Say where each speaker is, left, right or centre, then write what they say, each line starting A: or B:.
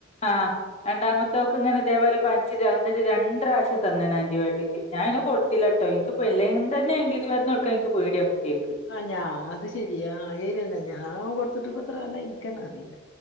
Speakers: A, on the left; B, on the left.
A: ആഹ്‌ രണ്ടാമത്തോക്ക് ഇങ്ങനെ ഇതേപോലെ പനിച്ച്‌രന്നിട് രണ്ട് റാവശ്യം തന്ന്ണ് ആന്റിബയോട്ടിക്ക്. ഞാ അയിനയ് കൊടു ട്ടില്ലട്ടോ, ഇൻക്ക്പ്പ അല്ലേൻ തന്നെ ഇംഗ്ലീഷ് മരുന്ന് കൊടുക്കാ ഇൻക്ക് പേടിയാ കുട്ടിയൾക്ക്
B: ആഹ് ഞാ അത് ശെരി. ആ അ ആരിന്നാ ഞാ കൊടുത്തിട്ട്പ്പത്ര കാലായി ഇൻക്കന്നെ അറീല്ല